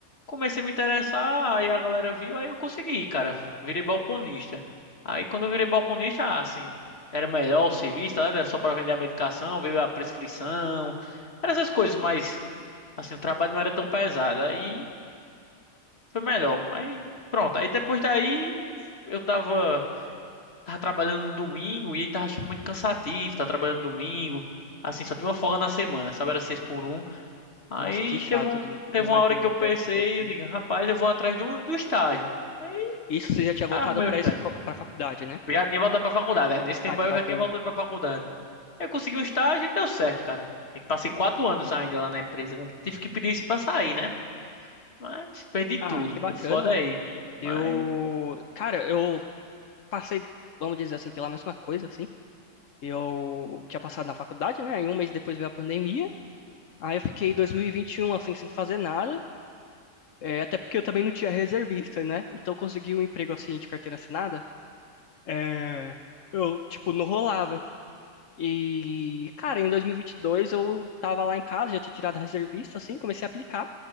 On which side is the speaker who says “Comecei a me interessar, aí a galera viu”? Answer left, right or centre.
Left